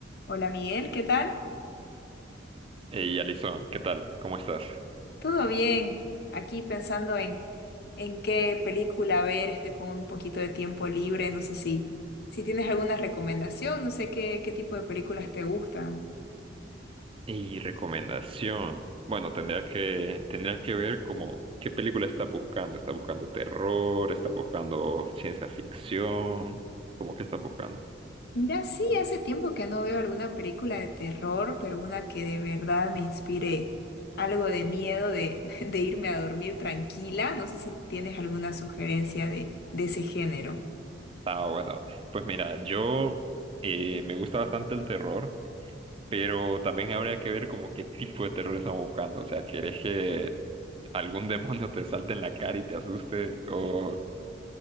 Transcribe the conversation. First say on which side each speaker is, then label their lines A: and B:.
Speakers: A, on the left; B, on the right.
A: Hola Miguel, ¿qué tal?
B: Hey, Alison, ¿qué tal? ¿Cómo estás?
A: ¿Todo bien? Aquí pensando en, en qué película ver, estoy con un poquito de tiempo libre, no sé si, si tienes alguna recomendación, no sé qué, qué tipo de películas te gustan.
B: Y recomendación. Bueno, tendría que, tendría que ver como qué película estás buscando. ¿Estás buscando terror? ¿Estás buscando ciencia ficción? ¿Cómo que estás buscando?
A: Mira, sí, hace tiempo que no veo alguna película de terror, pero una que de verdad me inspire algo de miedo de, <laughs> de irme a dormir tranquila, no sé si tienes alguna sugerencia de, de ese género.
B: Ah, bueno, pues mira, yo eh, me gusta bastante el terror, pero también habría que ver como qué tipo de terror estamos buscando. O sea, ¿querés que algún demonio te salte en la cara y te asuste? ¿O,